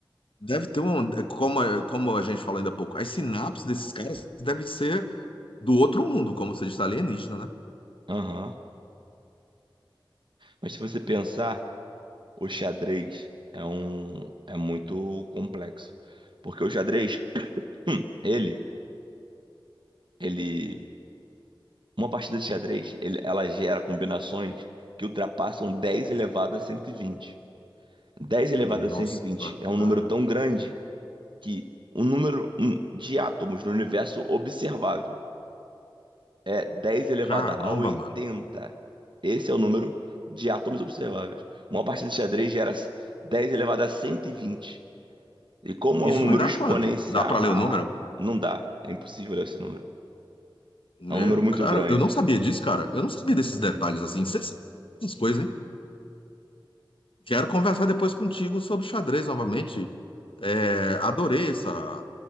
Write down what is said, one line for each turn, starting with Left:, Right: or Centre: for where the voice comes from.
Left: Deve ter um, como, a- como a gente falou ainda há pouco, as sinapses desses caras devem ser do outro mundo, como você disse, alienígena, né?
Right: Aham. Mas se você pensar, o xadrez é um é muito complexo. Porque o xadrez, <clears throat> ele ele Uma partida de xadrez, ele- ela gera combinações que ultrapassam 10 elevado a 120. 10 elevado
Left: Nossa,
Right: a 120 é um
Left: cara.
Right: número tão grande que o número hum, de átomos no universo observável é 10 elevado
Left: Caramba,
Right: a 80.
Left: mano.
Right: Esse é o número de átomos observáveis. Uma partida de xadrez gera 10 elevado a 120. E vinte. E como
Left: Isso
Right: é um número
Left: vai dar
Right: exponencial,
Left: quanto? Dá pra ler
Right: ah,
Left: o número?
Right: não dá. É impossível olhar esse número.
Left: Meu,
Right: É um número muito
Left: cara,
Right: grande.
Left: eu não sabia disso, cara. Eu não sabia desses detalhes assim. Cê sabe Essas coisas, hein? Quero conversar depois contigo sobre xadrez novamente. É, adorei essa,